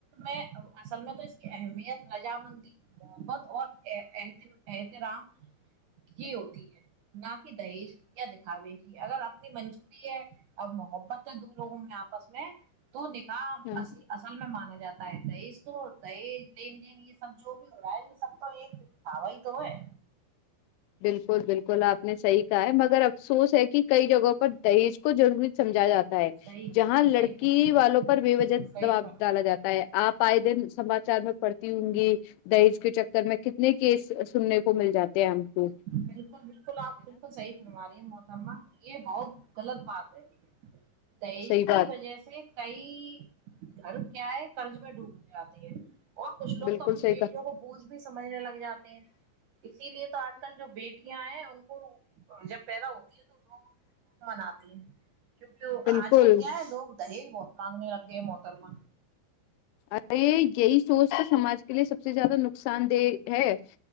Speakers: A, on the right; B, on the left.
A: میں اصل میں تو اہمیت رجامندی محبت اور احترام کی ہوتی ہے نہ کہ دہیش یا دکھاوے گی اگر اپنی منظوری ہے اور محبت دو لوگوں میں آپس میں تو نکاح
B: ہاں
A: اصل میں مانا جاتا دہیز تو دہز لین دین یہ سب جو بھی ہو رہا ہے یہ سب تو ایک تھاوا ہی تو ہے
B: بالکل بالکل آپ نے صحیح ہے مگر افسوس ہے کہ کئی جگہوں پر دہیج کو ضروری سمجھایا جاتا ہے
A: صحیح
B: جہاں لڑکی
A: صحیح فرما
B: والوں پر بے وجہ
A: صحیح
B: دباب
A: فرما
B: ڈالا جاتا ہے آپ پائی دن سماچار میں پڑتی ہوں گی دہج کے چکر میں کتنے کیس سننے کو مل جاتے ہیں ہم ہی
A: بالکل بالکل آپ بالکل صحی فرا رہی ہیں مو سما یہ بہت غلط بات رہنی ہے دہز
B: صحیح
A: کی
B: بات
A: وجہ سے کئی گھر کیا ہے قرض میں ڈوب جاتے ہیں اور کچھ لو
B: بالکل
A: تو اپنی
B: صحیح
A: بیٹیوں
B: کہ
A: کو بوجھ بھی سجھنے لگا جاتے ہیں اسی لیے تو آج کل جو بیٹیاں ہیں ان کو جب پیدا ہوتی ہے تو لوگ مناتے ہیں کیونکہ وہ
B: بالکل
A: آج کل کیا ہے لوگ دہج بہت مانگنے لگے موتر میں
B: ارے یہی سوچ تو سماج کے لیے سب سے زیادہ نقصان دہ ہے